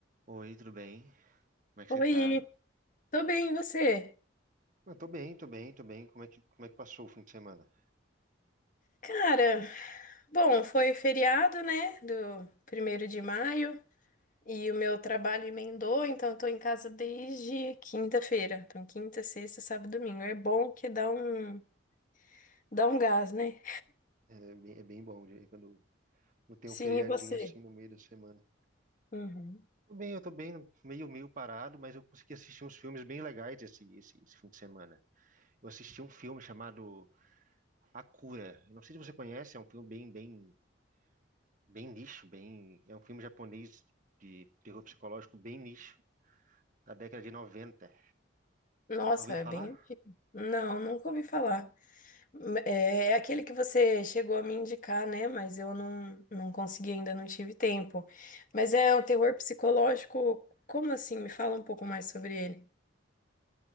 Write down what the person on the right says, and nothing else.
Oi, tudo bem? Como é que
você tá?
Eu tô bem, tô bem, tô bem. Como é que, como é que passou o fim de semana?
É bem, é bem bom de- quando, quando tem
um feriadinho
assim no meio da semana.
Tô bem, eu tô bem, meio, meio parado, mas eu consegui assistir uns filmes bem legais esse, esse, esse fim de semana. Eu assisti um filme chamado A Cura. Eu Não sei se você conhece, é um filme bem, bem, bem nicho, bem, é um filme japonês de terror psicológico bem nicho, da década de 90.
Já ouviu
falar?